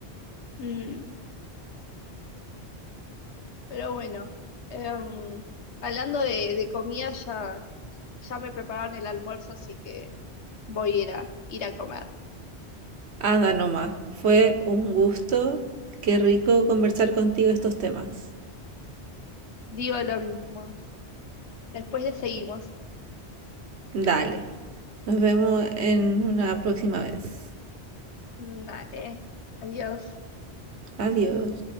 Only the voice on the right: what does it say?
Anda nomás, fue un gusto. Qué rico conversar contigo estos temas.
Dale, nos vemos en una próxima vez.
Adiós.